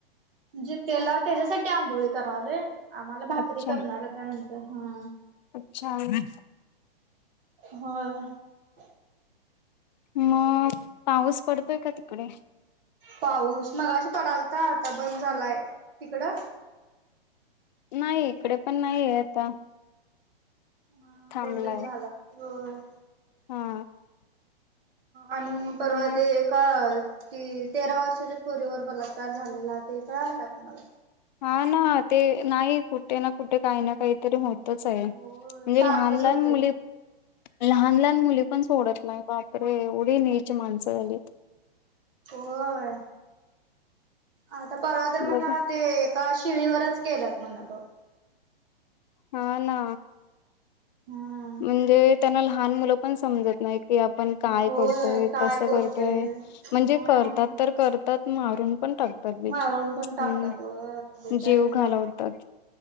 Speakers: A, on the right; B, on the left.
A: म्हणजे त्याला त्याच्यासाठी आंबोळी करावले आम्हाला भाकरी
B: अच्छा
A: करणार. त्यानंतर हा.
B: अच्छा. <inaudible>
A: होय.
B: मग पाऊस पडतोय का तिकडे?
A: पाऊस मग अश पडालता आता बंद झालाय, तिकडं?
B: नाही इकडे पण नाहीय आता.
A: हा
B: थांबलाय
A: बंदच झाला होय.
B: हा.
A: आणि परवा
B: मग
A: ते का की तेरा वर्षाच्या पोरीवर बलात्कार झालेला ते कळालं का तुम्हाला?
B: हा ना ते नाही कुठे ना कुठे काही ना काही तरी होत आहे म्हणजे
A: होय सारखंच
B: लहान लहान
A: होतंय
B: मुली लहान लहान मुली पण सोडत नाही बापरे एवढी नेची माणसं झालीत.
A: होय. आता परवा तर मला
B: बघा
A: ते एका शिळीवरच केलंत म्हण बघ.
B: हा ना.
A: हा
B: म्हणजे त्यांना लहान मुलं पण समजत नाही की आपण काय
A: होय
B: करतोय
A: काय
B: कसं करतोय.
A: हा.
B: म्हणजे करतात तर करतात मारून पण टाक पी
A: मारून पण टाकतात
B: हम्म
A: व बिचारे
B: जीव घालवत
A: पाप